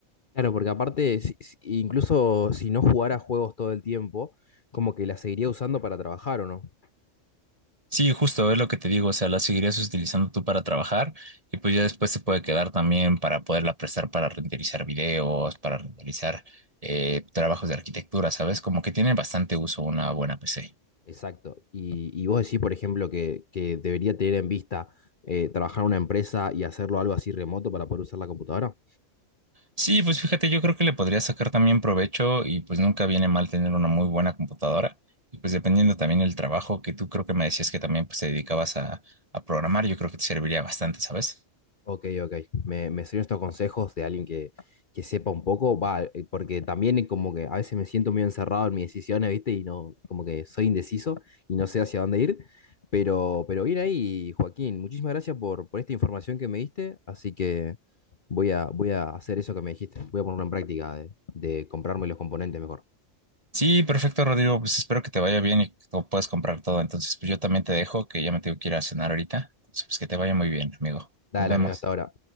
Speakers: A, on the left (about 45°); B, on the right (about 30°).
A: Claro, porque aparte, si- si- incluso si no jugara juegos todo el tiempo, como que la seguiría usando para trabajar, ¿o no?
B: Sí, justo es lo que te digo, o sea, la seguirías utilizando tú para trabajar y pues ya después se puede quedar también para poderla prestar para renderizar videos, para renderizar eh, trabajos de arquitectura, ¿sabes? Como que tiene bastante uso una buena PC.
A: Exacto. Y, y vos decís, por ejemplo, que, que debería tener en vista eh, trabajar en una empresa y hacerlo algo así remoto para poder usar la computadora.
B: Sí, pues fíjate, yo creo que le podría sacar también provecho y pues nunca viene mal tener una muy buena computadora y pues dependiendo también el trabajo que tú creo que me decías que también pues te dedicabas a, a programar, yo creo que te serviría bastante, ¿sabes?
A: Ok, ok. Me, me sirven estos consejos de alguien que, que sepa un poco, va, eh, porque también como que a veces me siento muy encerrado en mis decisiones, ¿viste? Y no, como que soy indeciso y no sé hacia dónde ir. Pero, pero bien ahí, Joaquín, muchísimas gracias por, por esta información que me diste. Así que voy a, voy a hacer eso que me dijiste. Voy a ponerlo en práctica de, de comprarme los componentes mejor.
B: Sí, perfecto, Rodrigo. Pues espero que te vaya bien y que tú puedas comprar todo. Entonces, pues yo también te dejo, que ya me tengo que ir a cenar ahorita. Entonces, pues que te vaya muy bien, amigo.
A: Dale,
B: Nos vemos.
A: amigo, hasta ahora.